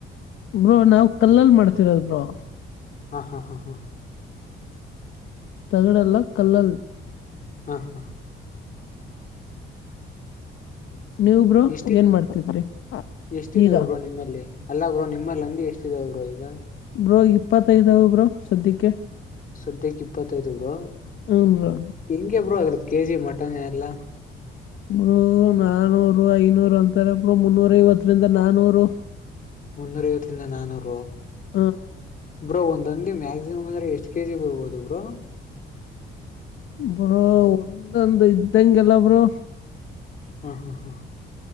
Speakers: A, on the left; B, on the left.
A: ಬ್ರೋ ನಾವ್ ಕಲ್ಲಲ್ ಮಾಡ್ತಿರೋದ ಬ್ರೋ
B: ಹಾ ಹಾ ಹಾ ಹಾ
A: ತಗಡೆಲ್ಲ ಕಲ್ಲಲ್ಲಿ
B: ಹಾ ಹಾ
A: ನೀವ್ ಬ್ರೋ
B: ಎಷ್ಟ
A: ಏನ್ ಮಾಡ್ತಿದ್ರಿ
B: ಎಷ್ಟಾವ
A: ಈಗ
B: ಒಬ್ಬ್ರರು ನಿಮ್ಮಲ್ಲಿ ಅಲ್ಲ ಬ್ರೋ ನಿಮ್ಮಲ್ಲಿ ಅಂದ ಎಷ್ಟಿದ್ರೋ ಈಗ
A: ಬ್ರೋ ಇಪ್ಪತ್ತೈದಾವ ಬ್ರೊ ಸದ್ಯಕ್ಕೆ
B: ಸದ್ಯಕ್ಕೆ ಇಪ್ಪತ್ತೈದುರು
A: ಹ್ಮ್ ಬ್ರೋ
B: ಹೆಂಗಗೆಬ್ರು ಆಗರತ್ತ ಕೆ ಜಿ ಮಟನ್ ಎಲ್ಲ
A: ಬ್ರರು ನಾನೂರು ಐನೂರು ಅಂತಾರ ಅಬ್್ರರು ಮುನ್ನೂರ ಐವತ್ತರಿಂದ ನಾನೂರು
B: ಮುನ್ನೂರು ಇಐವತ್ತಂದ ನಾನೂರು
A: ಹ್ಮ್
B: ಬ್ರೋ ಒಂದ್ಂದಿ ಮ್ಯಾಕ್ಸಿಮಮ್ ಅಂದ್ರೆ ಎಷ್ಟ ಕೆಜಿ ಬರ್ಬೋದು ಬ್ರೋ
A: ಬ್ರೋ ಒಂದೊಂದು ಇದ್ದಂಗೆಲ್ಲ ಬ್ರೋ
B: ಹಾ ಹಾ ಹಾ